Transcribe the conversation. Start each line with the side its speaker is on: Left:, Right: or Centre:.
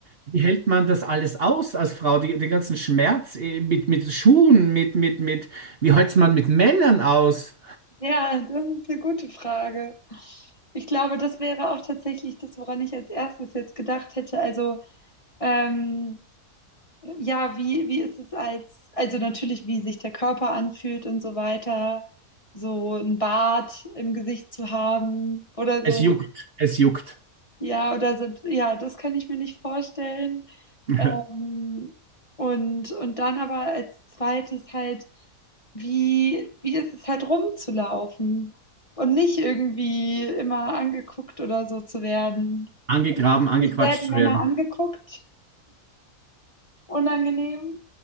Right: Wie hält man das alles aus als Frau? Die, den ganzen Schmerz äh, mit, mit Schuhen, mit, mit, mit, wie hält man mit Männern aus?
Left: Ja, das ist eine gute Frage. Ich glaube, das wäre auch tatsächlich das, woran ich als erstes jetzt gedacht hätte. Also, ähm, ja, wie, wie ist es als, also natürlich, wie sich der Körper anfühlt und so weiter, so ein Bart im Gesicht zu haben oder
Right: Es
Left: so.
Right: juckt, es juckt.
Left: Ja, oder so, ja, das kann ich mir nicht vorstellen.
Right: <laughs>
Left: Ähm, und, und dann aber als zweites halt wie, wie ist es halt rumzulaufen und nicht irgendwie immer angeguckt oder so zu werden.
Right: Angegraben, angequatscht
Left: Nicht selten
Right: zu
Left: Männer
Right: werden.
Left: angeguckt, unangenehm.